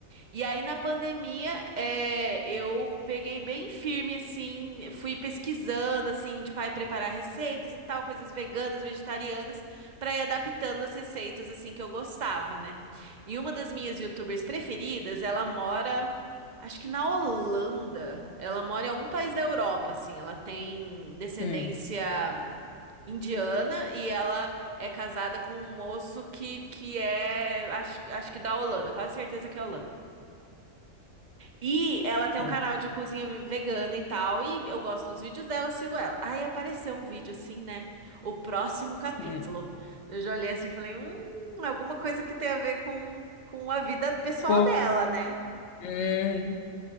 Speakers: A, on the right; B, on the left.
A: E aí, na pandemia, é, eu peguei bem firme, assim, fui pesquisando, assim, de aí preparar receitas e tal, coisas veganas, vegetarianas, para ir adaptando as receitas, assim, que eu gostava, né? E uma das minhas YouTubers preferidas, ela mora, acho que na Holanda, ela mora em algum país da Europa, assim, ela tem descendência
B: Hum,
A: indiana e ela é casada com um moço que, que é, acho, que- acho que da Holanda, quase certeza que é holanda. E ela tem
B: hum,
A: um canal de cozinha ve- vegana e tal, e eu gosto dos vídeos dela, sigo ela. Aí apareceu um vídeo assim, né? O próximo capítulo.
B: hum.
A: Eu já olhei assim e falei, hum, alguma coisa que tem a ver com, com a vida pessoal
B: Co-
A: dela, né?
B: hum.